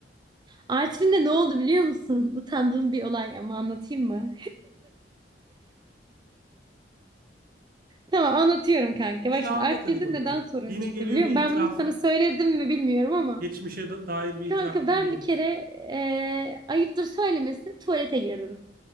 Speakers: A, on the right; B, on the right.
A: Artvin'de ne oldu biliyor musun? <laughs> Utandığım bir olay ama anlatayım mı? <laughs> Tamam anlatıyorum kanka.
B: İyi
A: Bak şimdi
B: anlat
A: Artvin'de
B: hadi bakalım.
A: neden sorun
B: Yine
A: çıktı
B: geliyor
A: biliyor
B: bir
A: musun?
B: itiraf.
A: Ben bunu hiç sana söyledim mi bilmiyorum ama.
B: Geçmişe da- dair bir itiraf
A: Kanka ben
B: geliyor.
A: bir kere eee, ayıptır söylemesi tuvalete girdim.